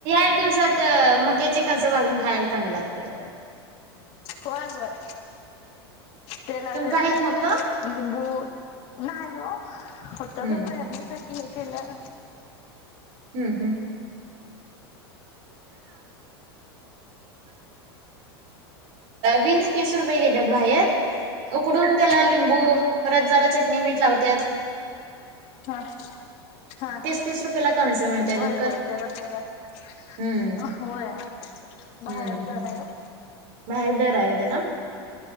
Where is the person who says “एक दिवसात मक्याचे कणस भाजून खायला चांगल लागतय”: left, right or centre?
Right